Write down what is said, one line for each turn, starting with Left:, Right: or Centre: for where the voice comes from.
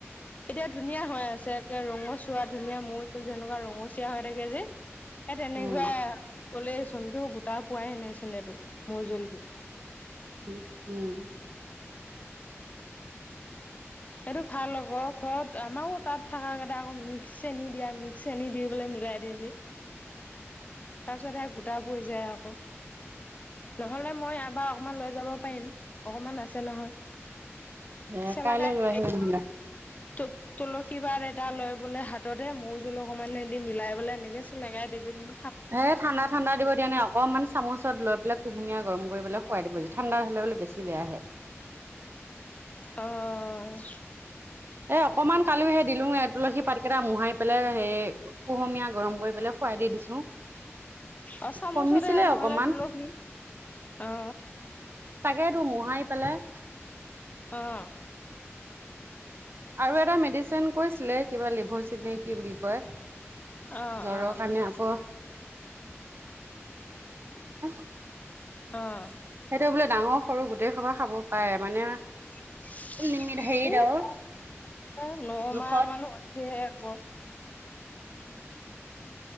Left: এতিয়া ধুনীয়া হৈ আছে একে ৰঙচুৱা ধুনীয়া মৌ তুল যেনেকুৱা ৰঙ <unintelligible> হৈ থাকে যে, এ তেনেকুৱা
Right: উম,
Left: কলে চোনটো তাৰ পোৱাই এ নাইচোন এইবোৰ মৌ জুলটো।
Right: উম, উম। <inaudible>
Left: এইটো ভাল আকৌ ঘৰত আমাৰো তাত থাকাকেইটা আকৌ মিক্স চেনি দিয়া, মিক্স চেনি দি পেলাই মিলাই দিয়ে যে। তাৰ পিছত সেই গোটা পৰি যায় আকৌ। নহলে মই ইয়াপা অকমান লৈ যাব পাৰিম, অকমান আছে নহয়। <unintelligible>
Right: এ কাইলৈ লৈ আহিবি নহ'লে।
Left: তুলসী পাত এটা লৈ বোলে হাততে মৌ জুল অকমানে দি মিলাই পেলাই এনেকে চেলকাই দিবিচোন।
Right: এ ঠাণ্ডা ঠাণ্ডা দিব তেতিয়ানে অকণমান চামুচত লৈ পেলাই কুহুমীয়া গৰম কৰি পেলাই খুৱাই দিব য, ঠাণ্ডা হলে বোলে বেছি বেয়াহে।
Left: অ'।
Right: এ অকনমান কালি হেই দিলো, এ তুলসী পাত কেইটা মোহাই পেলাই সে কুহুমীয়া গৰম কৰি পেলাই খোৱাই দি দিছো।
Left: অ', চামুচৰে
Right: কমিছিলে
Left: নহলে
Right: অকমান
Left: তুলসী, অ'।
Right: তাকেতো মোহাৰি পেলাই।
Left: অ'।
Right: আৰু এটা মেডিচিন কৈছিলে, কিবা লিভসিভ নে কি বুলি কয়।
Left: অ
Right: জ্বৰৰ
Left: অ
Right: কাৰণে আকৌ, <unintelligible>
Left: অ'।
Right: সেইটো বোলে ডাঙৰ সৰু গোটেই সবা খাব পাৰে মানে
Left: <unintelligible>
Right: লিমিট হেৰিত আৰু
Left: এ নমাহ
Right: জোখত
Left: মান হয়। দে ক'।